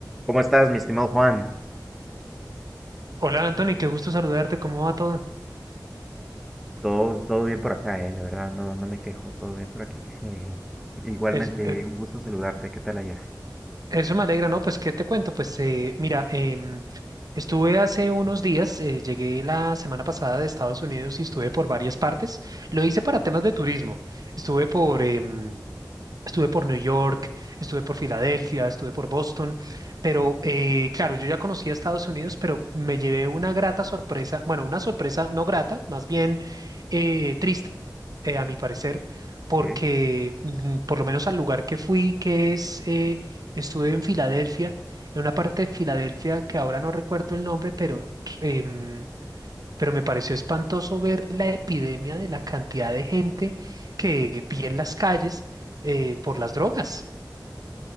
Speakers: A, in the centre; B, on the right.
A: ¿Cómo estás, mi estimado Juan?
B: Hola Anthony, qué gusto saludarte, ¿cómo va todo?
A: Todo, todo bien por acá, eh, la verdad, no, no me quejo, todo bien por aquí. Eh, igualmente,
B: Es- eh,
A: un gusto saludarte, ¿qué tal allá?
B: eso me alegra, ¿no? Pues, ¿qué te cuento? Pues, eh, mira, em, estuve hace unos días, eh, llegué la semana pasada de Estados Unidos y estuve por varias partes. Lo hice para temas de turismo. Estuve por, em, Estuve por New York, estuve por Filadelfia, estuve por Boston, pero eh, claro, yo ya conocía Estados Unidos, pero me llevé una grata sorpresa, bueno, una sorpresa no grata, más bien eh, triste, eh, a mi parecer, porque
A: ¿Eh?
B: mm, por lo menos al lugar que fui, que es, eh, estuve en Filadelfia, en una parte de Filadelfia que ahora no recuerdo el nombre, pero em, pero me pareció espantoso ver la epidemia de la cantidad de gente que vi en las calles eh, por las drogas.